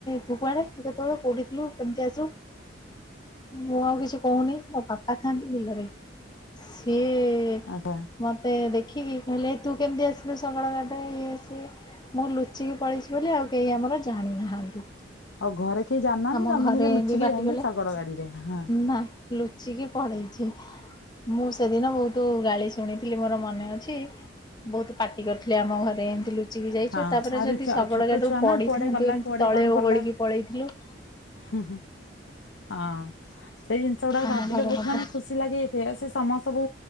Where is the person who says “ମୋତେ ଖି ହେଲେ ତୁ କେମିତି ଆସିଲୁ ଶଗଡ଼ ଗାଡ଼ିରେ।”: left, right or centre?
Left